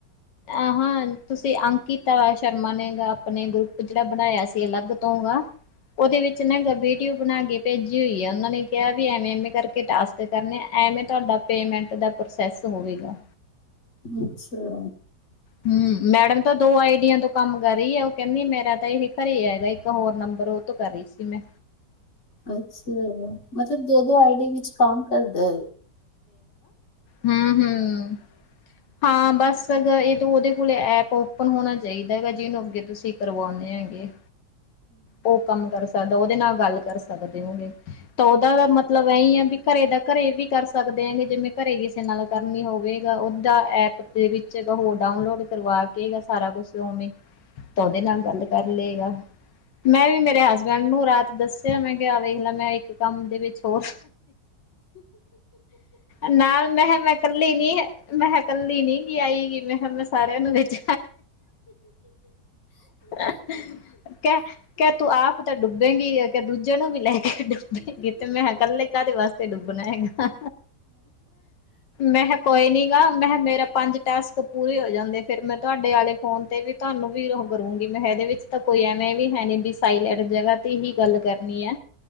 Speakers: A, on the left; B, on the left.
A: ਆਹ ਹੋ ਤੁਸੀਂ ਅੰਕਿਤਾ ਸ਼ਰਮਾ ਨੇ ਆਪਣੇ ਗਰੁੱਪ ਜਿਹੜਾ ਬਣਾਇਆ ਸੀ ਅਲੱਗ ਤੋਂ ਉਹਦੇ ਵਿੱਚ ਮਗਰ ਵੀਡੀਓ ਬਣਾ ਕੇ ਭੇਜੀ ਹੋਈ ਆ ਉਹਨਾਂ ਨੇ ਕਿਹਾ ਵੀ ਐਵੇਂ ਐਵੇਂ ਕਰਕੇ ਟਾਸਕ ਕਰਨੇ ਐਵੇਂ ਤੁਹਾਡਾ ਪੇਮੈਂਟ ਦਾ ਪ੍ਰੋਸੈਸ ਹੋਵੇਗਾ।
B: ਅੱਛਾ!
A: ਹਮ ਮੈਡਮ ਤਾਂ ਦੋ ਆਈਡੀਆਂ ਤੋਂ ਕੰਮ ਕਰ ਰਹੀ ਆ ਉਹ ਕਹਿੰਦੀ ਮੇਰਾ ਤਾਂ ਇਹ ਘਰੇ ਹੈਗਾ ਇੱਕ ਹੋਰ ਨੰਬਰ ਉਹ ਤੋਂ ਕਰ ਰਹੀ ਸੀ। ਮੈਂ
B: ਅੱਛਾ! ਮਤਲਬ ਦੋ ਦੋ ਆਈਡੀ ਵਿੱਚ ਕੰਮ ਕਰਦਾ।
A: ਹਮ ਹਮ ਹਾਂ ਬਸ ਅ ਇਹ ਤ ਉਹਦੇ ਕੋਲ ਐਪ ਓਪਨ ਹੋਣਾ ਚਾਹੀਦਾ ਹੈਗਾ ਜਿਹਨੂੰ ਅੱਗੇ ਤੁਸੀਂ ਕਰਵਾਉਂਦੇ ਹੈਗੇ। ਉਹ ਕੰਮ ਕਰ ਸਕਦਾ ਉਹਦੇ ਨਾਲ ਗੱਲ ਕਰ ਸਕਦੇ ਹੋਗੇ ਤਾਂ ਉਹਦਾ ਦਾ ਮਤਲਬ ਇਹੀ ਆ ਵੀ ਘਰੇ ਦਾ ਘਰੇ ਵੀ ਕਰ ਸਕਦੇ ਆਗੇ ਜਿਵੇਂ ਘਰੇ ਕਿਸੇ ਨਾਲ ਕਰਨੀ ਹੋਵੇਗਾ ਓਦਾ ਐਪ ਦੇ ਵਿੱਚ ਹੋਰ ਡਾਊਨਲੋਡ ਕਰਵਾ ਕੇ ਸਾਰਾ ਕੁਛ ਉਵੇਂ ਤਾਂ ਉਹਦੇ ਨਾਲ ਗੱਲ ਕਰ ਲਏਗਾ। ਮੈਂ ਵੀ ਮੇਰੇ ਹਸਬੈਂਡ ਨੂੰ ਰਾਤ ਦੱਸਿਆ। ਮੈਂ ਕਿਹਾ ਵੇਖਲਾ ਮੈਂ ਇੱਕ ਕੰਮ ਦੇ ਵਿੱਚ ਹੋਰ ਨਾਲ ਮੈਂ ਮੈਂ ਕੱਲੀ ਨੀ ਮੈਂ ਕਿਹਾ ਕੱਲੀ ਨੀ ਆਈ ਗਈ ਮੈਂ <unintelligible> ਸਾਰਿਆਂ ਨੂੰ ਵਿੱਚ ਐਡ ਕੇ ਤੂੰ ਆਪ ਤਾਂ ਡੁੱਬ <unintelligible> ਨੂੰ ਵੀ ਲੈ ਕੇ ਡੁੱਬੇਗੀ ਤੇ ਮੈਂ ਕੱਲੇ ਕਾਹਦੇ ਵਾਸਤੇ ਡੁੱਬਣਾ ਹੈਗਾ ਮੈਂ ਕਿਹਾ ਕੋਈ ਨੀ ਗਾ ਮੈਂ ਕਿਹਾ ਮੇਰਾ ਪੰਜ ਟਾਸਕ ਪੂਰੇ ਹੋ ਜਾਣਦੇ ਫੇਰ ਮੈਂ ਤੁਹਾਡੇ ਆਲੇ ਫੋਨ ਤੇ ਵੀ ਤੁਹਾਨੂੰ ਵੀ ਉਹ ਕਰੂੰਗੀ ਮੈਂ ਇਹਦੇ ਵਿੱਚ ਤਾਂ ਕੋਈ ਐਵੇਂ ਵੀ ਹੈ ਨਹੀਂ ਸਾਈਲੈਂਡ ਜਗ੍ਹਾ ਤੇ ਹੀ ਗੱਲ ਕਰਨੀ ਹੈ।